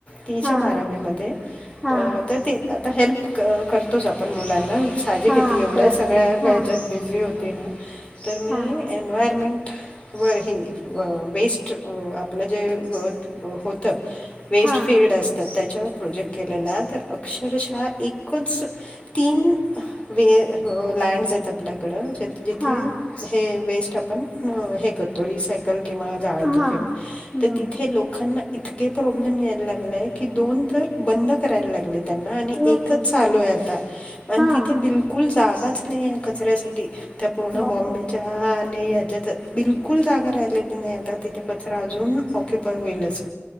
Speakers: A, on the left; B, in the centre.
A: तीच्या
B: हा
A: बारावीमध्ये,
B: हा
A: अ तर ती आता हेल्प अ करतोच आपण मुलांना. खाजी
B: हा
A: खेती एवढ्या
B: करतो
A: सगळ्या
B: हा
A: ह्याच्यात बिझी होती ना, तर मी
B: हा
A: एन्वायरमेंट वर हे वेस्ट आपलं जे ह होत वेस्ट
B: हा
A: फील्ड असतात त्याच्यावर प्रोजेक्ट केलेला. तर अक्षरशा एकच तीन वे लँड्स आहेत आपल्याकडं ज जिथे
B: हा
A: हे वेस्ट आपण हे करतो. त रिसायकल किंवा जाळतो
B: हा
A: किंवा तर
B: बरोबर
A: तिथे लोकांना, इतके प्रॉब्लेम यायला लागलेय की दोन तर बंद करायला लागलेत. त्यांना आणि एकच
B: बापरे
A: चालोय आता आणि
B: हा
A: तिथे बि कुल जागाच नाही या कचऱ्यासाठी त्या पूर्ण
B: बापरे
A: बॉम्बेच्या हा आणि ह्याच्यात बिलकुल जागा राहिलेली नाही. आता तिथे कचरा अजून ऑक्युपाय होईल अस.